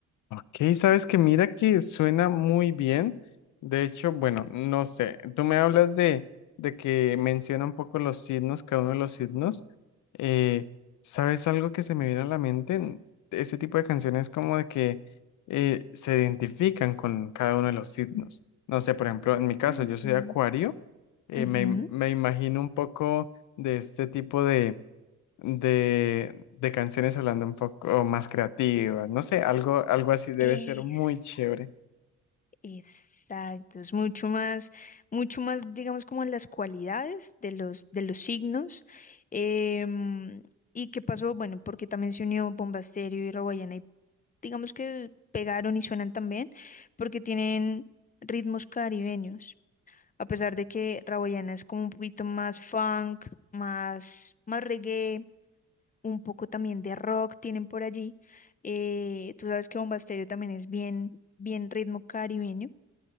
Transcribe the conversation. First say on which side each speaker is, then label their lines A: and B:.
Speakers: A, on the left; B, on the left.
A: Ok, sabes que mira que suena muy bien. De hecho, bueno, no sé, tú me hablas de, de que menciona un poco los signos, cada uno de los signos. Eh, ¿sabes algo que se me viene a la mente? Ese tipo de canciones como de que eh, se identifican con cada uno de los signos. No sé, por ejemplo, en mi caso,
B: Ujú,
A: yo soy acuario. eh,
B: ujú.
A: me, me imagino un poco de este tipo de de, de canciones hablando un poco más creativas, no sé, algo, algo así debe
B: Exacto.
A: ser muy chévere.
B: Exacto, es mucho más, mucho más, digamos, como en las cualidades de los, de los signos. Em, ¿y qué pasó? Bueno, porque también se unió Bomba Estéreo y Rawayana y digamos que pegaron y suenan también porque tienen ritmos caribeños. A pesar de que Rawayana es como un poquito más funk, más, más reggae, un poco también de rock tienen por allí. Eh, tú sabes que Bomba Estéreo también es bien, bien ritmo caribeño.